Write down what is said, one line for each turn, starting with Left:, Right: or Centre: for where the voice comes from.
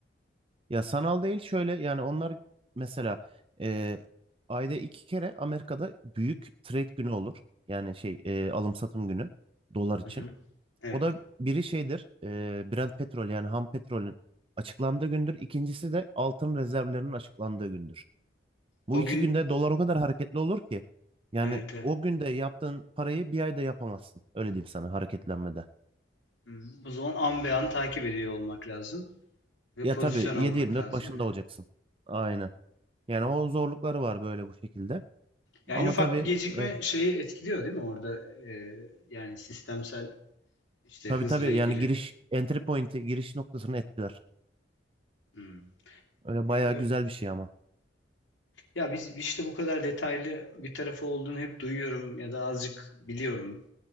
Right: Ya sanal değil şöyle yani onlar mesela e, ayda iki kere Amerika'da büyük trade günü olur. Yani şey e, alım satım günü dolar için.
Left: Hı hı. Evet.
Right: O da biri şeydir e, Brent petrol yani ham petrolün açıklandığı gündür. İkincisi de altın rezervlerinin açıklandığı gündür. Bu
Left: O
Right: iki
Left: gün
Right: günde dolar o kadar hareketli olur ki yani
Left: evet evet.
Right: o günde yaptığın parayı bir ayda yapamazsın. Öyle diyeyim sana hareketlenmede.
Left: Hı. O zaman an be an takip ediyor olmak lazım ve
Right: Ya
Left: pozisyon
Right: tabii
Left: almak
Right: 7-24
Left: lazım
Right: başında
Left: yani.
Right: olacaksın. Aynen. Yani o zorlukları var böyle bu şekilde.
Left: Yani
Right: Ama
Left: en ufak
Right: tabii
Left: bir gecikme
Right: e,
Left: şeyi etkiliyor değil mi orada? e, yani sistemsel işte
Right: tabii
Left: hızla
Right: tabii
Left: ilgili.
Right: yani giriş entry point'i giriş noktasını etkiler.
Left: Hı.
Right: Öyle
Left: E,
Right: bayağı
Left: ö-
Right: güzel bir şey ama.
Left: ya biz işte bu kadar detaylı bir tarafı olduğunu hep duyuyorum ya da azıcık biliyorum.